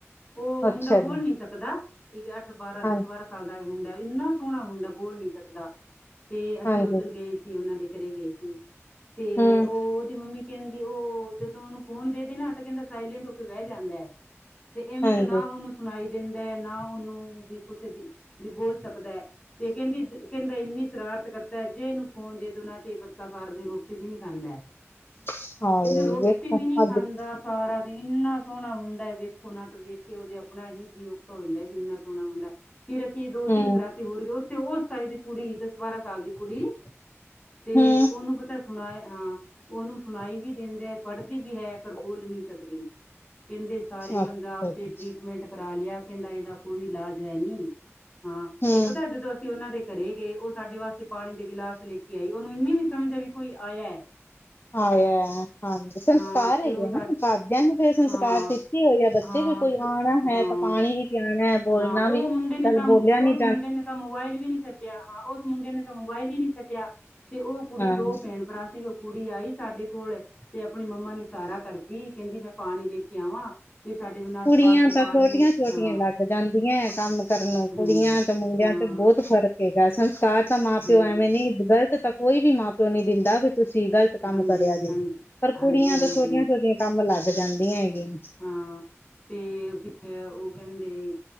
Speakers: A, on the left; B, on the left.
A: ਉਹ ਮੁੰਡਾ
B: ਅੱਛਾ
A: ਫੋਨ
B: ਜੀ
A: ਨੀਂ ਸਕਦਾ। ਇਹ ਅੱਠ-ਬਾਰਾਂ ਦਸ-ਬਾਰਾਂ
B: ਹਾਂ
A: ਸਾਲ ਦਾ ਇਹ ਮੁੰਡਾ ਇੰਨਾਂ ਸੋਹਣਾ ਮੁੰਡਾ ਬੋਲ ਨੀ ਸਕਦਾ। ਤੇ ਅਸੀਂ
B: ਹਾਂਜੀ
A: ਉੱਧਰ ਗਏ ਸੀ, ਉਹਨਾਂ ਦੇ ਘਰੇ ਗਏ ਸੀ ਤੇ
B: ਹੂੰ
A: ਉਹ ਉਹਦੀ ਮੰਮੀ ਕਹਿੰਦੀ ਉਹ ਜਦੋਂ ਉਹਨੂੰ ਫੋਨ ਦੇ ਨਾ ਤਾਂ ਕਹਿੰਦਾ ਸਾਇਲੈਂਟ ਹੋ ਕੇ ਬਹਿ ਜਾਂਦਾ ਹੈ ਤੇ ਇਵੇਂ
B: ਹਾਂਜੀ
A: ਤਾਂ ਨਾ ਉਹਨੂੰ ਸੁਣਾਈ ਦਿੰਦਾ ਨਾ ਉਹਨੂੰ ਵੀ ਕੁੱਛ ਵੀ ਬੋਲ ਸਕਦਾ ਹੈ ਤੇ ਕਹਿੰਦੀ ਕਹਿੰਦਾ ਇੰਨੀ ਸ਼ਰਾਰਤ ਕਰਦਾ ਤੇ ਜੇ ਇਹਨੂੰ ਫੋਨ ਦੇ ਦੇਣਾ ਤੇ ਬੱਚਾ ਸਾਰ ਦਿਨ ਰੋਟੀ ਵੀ ਨੀ ਖਾਂਦਾ
B: ਅੱਛਾ ਹਾਏ
A: ਕਹਿੰਦੇ ਰੋਟੀ
B: ਵੇਖੋ
A: ਵੀ ਨਹੀਂ ਖਾਂਦਾ
B: ਅੱਜ
A: ਸਾਰਾ ਦੀ ਇੰਨਾ ਸੋਹਣਾ ਮੁੰਡਾ ਐ, ਵੇਖੋ ਨਾਂ ਤੇ ਵੇਖ ਕੇ ਉਹਦੇ ਆਪਣਾ ਹੀ ਜੀ ਔਖਾ ਹੁੰਦਾ ਵੀ ਇੰਨਾਂ ਸੋਹਣਾ ਮੁੰਡਾ। ਫਿਰ ਅਸੀਂ ਦੋ
B: ਹੂੰ
A: ਤਿੰਨ ਰਾਤੀ ਹੋਰ ਗਏ ਉੱਥੇ ਉਸ ਸਾਲ ਦੀ ਕੁੜੀ ਦਸ ਬਾਰਾਂ ਸਾਲ ਦੀ ਕੁੜੀ ਤੇ
B: ਹੂੰ
A: ਉਹਨੂੰ ਪਤਾ ਸੁਣਾਏ ਹਾਂ। ਉਹਨੂੰ ਸੁਣਾਈ ਵੀ ਦਿੰਦਾ ਪੜ੍ਹਦੀ ਵੀ ਹੈ ਪਰ ਬੋਲ ਨੀਂ ਸਕਦੀ। ਕਹਿੰਦੇ ਸਾਰੇ
B: ਅੱਛਾ
A: ਪੰਜਾਬ
B: ਜੀ
A: ਤੇ ਟ੍ਰੀਟ ਮਿਟ ਕਰਾ ਲਿਆ ਕਹਿੰਦਾ ਇਹਦਾ ਕੋਈ ਇਲਾਜ ਹੈ ਨੀਂ ਹਾਂ,
B: ਹੂੰ
A: ਤੇ ਪਤਾ ਜਦੋਂ ਅਸੀਂ ਉਹਨਾਂ ਦੇ ਘਰੇ ਗਏ ਉਹ ਸਾਡੇ ਵਾਸਤੇ ਪਾਣੀ ਦੇ ਗਿਲਾਸ ਲੈ ਕੇ ਆਈ, ਉਹਨੂੰ ਇੰਨੀਂ ਸਮਝ ਆ ਵੀ ਕੋਈ ਆਇਆ।
B: ਹਾਂ ਉਹ ਹੈ ਹਾਂ ਸੰਸਕਾਰ
A: ਹਾਂ ਤੇ
B: ਹੈਗੇ
A: ਉਹ ਸਾ-
B: ਨਾਂ ਘਰ ਦਿਆਂ ਨੂੰ ਸੰਨਸ
A: ਹਾਂ
B: ਕਾਰ ਤੇ ਕੀ ਹੋ ਗਿਆ
A: ਤੇ-
B: ਬੱਚੇ
A: ਹਾਂ
B: ਵੀ ਕੋਈ
A: ਤੇ-
B: ਆਉਣਾ
A: ਹਾਂ
B: ਹੈ, ਤਾਂ ਪਾਣੀ ਵੀ ਪਿਆਉਣਾ ਹੈ, ਬੋਲਣਾ
A: ਹਾਂ ਉਹ
B: ਵੀ
A: ਮੁੰਡੇ
B: ਚੱਲ
A: ਨੇ ਤਾਂ
B: ਬੋਲਿਆ
A: ਉਸ
B: ਨੀਂ
A: ਮੁੰਡੇ ਨੇ ਤਾਂ ਮੋਬਾਇਲ ਵੀ ਨੀਂ ਛੱਡਿਆ ਹਾਂ ਉਸ ਮੁੰਡੇ ਨੇ ਤਾਂ ਮੋਬਾਇਲ ਹੀ ਨੀਂ ਛੱਡਿਆ ਤੇ ਉਹ ਕੁੜੀ
B: ਹਾਂ
A: ਦੋ ਭੈਣ ਭਰਾ ਸੀਗੇ। ਕੁੜੀ ਆਈ ਸਾਡੇ ਕੋਲ ਤੇ ਆਪਣੀ ਮੰਮਾ ਨੂੰ ਇਸ਼ਾਰਾ ਕਰਦੀ ਕਹਿੰਦੀ ਮੈਂ ਪਾਣੀ ਲੈਕੇ ਆਵਾਂ ਫਿਰ ਸਾਡੇ ਬਨਾਸ
B: ਕੁੜੀਆਂ
A: ਵਾਸਤੇ
B: ਤਾਂ
A: ਪਾਣੀ
B: ਛੋਟੀਆਂ
A: ਲੈ
B: ਛੋਟੀਆਂ
A: ਹਾਂ
B: ਲੱਗ ਜਾਂਦੀਆਂ ਕੰਮ ਕਰਨ ਨੂੰ
A: ਹੂੰ
B: ਕੁੜੀਆਂ ਤੇ ਮੁੰਡਿਆਂ
A: ਹਾਂ
B: ਚ ਬਹੁੱਤ ਫ਼ਰਕ ਸੰਸਕਾਰ ਤਾਂ ਮਾਂ
A: ਹਾਂਜੀ
B: ਪਿਓ ਐਵੇਂ ਨੀ ਗਲਤ ਤਾਂ ਕੋਈ ਵੀ ਮਾਂ ਪਿਓ ਨੀ ਦਿੰਦਾ ਵੀ ਤੁਸੀਂ ਗਲਤ ਕੰਮ
A: ਹਾਂਜੀ
B: ਕਰਿਆ ਜੇ
A: ਹਾਂਜੀ
B: ਪਰ
A: ਹਾਂਜੀ
B: ਕੁੜੀਆਂ
A: ਹਾਂਜੀ
B: ਤਾਂ ਛੋਟੀਆਂ ਛੋਟੀਆਂ ਕੰਮ ਲੱਗ ਜਾਂਦੀਆਂ ਹੈਗੀਆਂ
A: ਹਾਂ ਤੇ ਫਿਰ ਉਹ ਕਹਿੰਦੇ